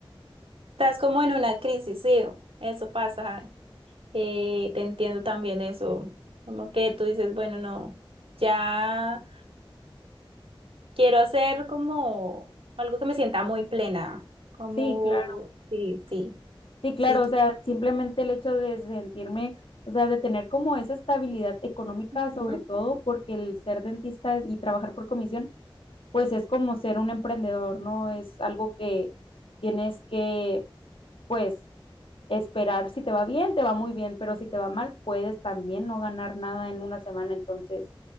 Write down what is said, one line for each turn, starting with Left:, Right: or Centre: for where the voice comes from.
Right: estás como en una crisis, sí, eso pasa. Eh, te entiendo también eso. Como que tú dices, bueno, no, ya quiero hacer como algo que me sienta muy plena. Como,
Left: Sí, claro.
Right: sí, sí,
Left: Sí, claro,
Right: sí, tú-
Left: o sea, simplemente el hecho de sentirme, o sea, de tener como esa estabilidad económica,
Right: Ujú.
Left: sobre todo porque el ser dentista y trabajar por comisión pues es como ser un emprendedor, ¿no? Es algo que tienes que, pues, esperar. Si te va bien, te va muy bien, pero si te va mal, puedes también no ganar nada en una semana. Entonces,